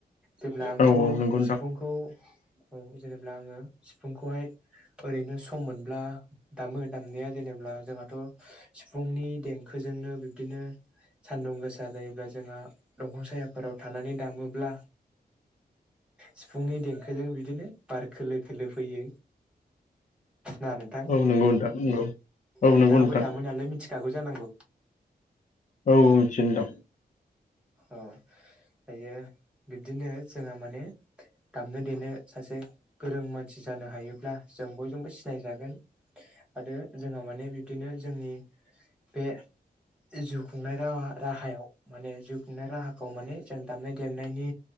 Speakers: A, in the centre; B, on the left (about 50°).
A: जेब्ला आंथ'
B: औ नंगौ नोंथां
A: सिफुंखौ औ जेनेबा आङो। सिफुंखौहाय ओरैनो सम मोनब्ला दामो दामनाया जेनेब्ला जोंहाथ' सिफुंनि देंखो बेजोंनो बिबदिनो सान्दुं गोसा जायोब्ला जोंहा दंफां सायाफोराव थानानै दामोब्ला सिफुंनि देंखोजों बिदिनो बार खोलो -खोलो फैयो। ना नोंथां?
B: औ नंगौ नोंथां नंगौ औ
A: नोंथाङाबो
B: नंगौ नोंथां
A: दामो नालाय मिथिखागौ जानांगौ।
B: औ मिथियो नोंथां।
A: औ दायो बिब्दिनो जोंहा माने दामनो देनो सासे गोरों मानसि जानो हायोब्ला जों बयजोंबो सिनायजागोन। आरो जोंहा माने बिब्दिनो जोंनि बे जिउ खुंनाय रा- राहायाव माने जिउ खुंनाय राहाखौ माने जों दामनाय- देनायनि